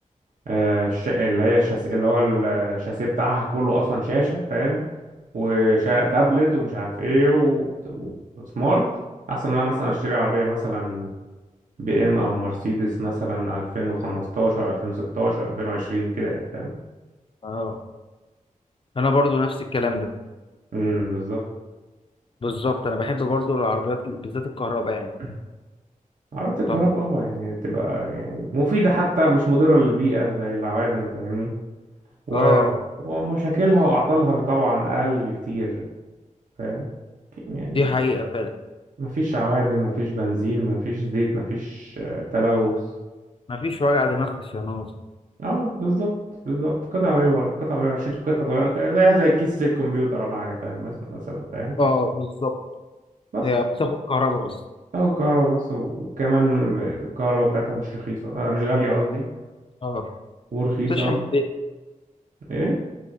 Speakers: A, on the right (about 70°); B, on the left (about 40°).
A: آه، الش... اللي هي الشاس... اللي هو ال- الشاسيه بتاعها كله اصلا شاشه فاهم وتابلت ومش عارف ايه و... وسمارت احسن من أنا مثلا اشتري عربيه مثلا بي ام او مرسيدس مثلا 2015 2016 2020 كده يعني فاهم
B: اه انا برضو نفس الكلام ده
A: امم بالظبط
B: بالظبط انا بحب برضو العربيات ال- بالذات الكهرباء يعني
A: <clears throat> عربية الكهرباء
B: طب
A: اه يعني تبقى يعني مفيدة حتى مش مضرة للبيئة زي العوادم فاهمني و-
B: اه
A: ومشاكلها وأعطالها طبعا أقل بكتير فاهم يعني
B: دي حقيقة فعلا
A: مفيش عوادم مفيش بنزين مفيش زيت مفيش آه، تلوث
B: مفيش وجع دماغ في الصيانات
A: اه بالظبط بالظبط قطع غير قطع غير شيل قطع غير زيها زي كيس الكمبيوتر ولا حاجة فاهم مثلا مثلا فاهم
B: اه بالظبط
A: بس
B: هي بتاخد كهرباء بس
A: اهو الكهرباء بس وكمان الكهرباء بتاعتها مش رخيصة آه مش غالية قصدي
B: اه
A: ورخيصة
B: بتشحن من البيت
A: ايه